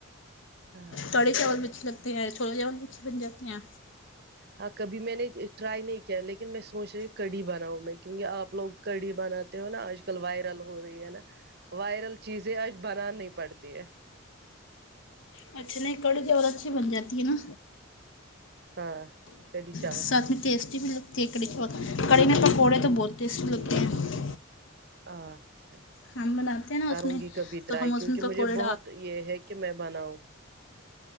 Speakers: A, on the right; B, on the left.
A: اچھا
B: کڑی چاول پچ لگ تو چھولے جاممول ب بن جاتے ہیں
A: ہاں کبھی میں نے ٹرائی نہیں کیا لیکن میں سوچ رہی کڑی بناؤ میں کیونکہ آپ لوگ کڑی بناتے ہو نا آج کل وائرل ہو رہی ہے نا وائرل چیزیں آج بنانی پڑتی ہے
B: اچھا نہیں کڑی چاول اچھی بن جاتی ہے نا
A: ہاں کڑی چاول
B: ساتھ میں ٹیسٹی بھی لگتی کڑھیی کڑی میں پکوڑے تو بہت ٹیسٹی لگتے ہیں
A: اچھا
B: ہم بناتے ہیں نا
A: کروں
B: اس میں
A: گی کبھی ٹرائی
B: تو ہم اس
A: کیونکہ
B: میں پکوڑے
A: مجھے بہت یہ ہے کہ میں بناؤں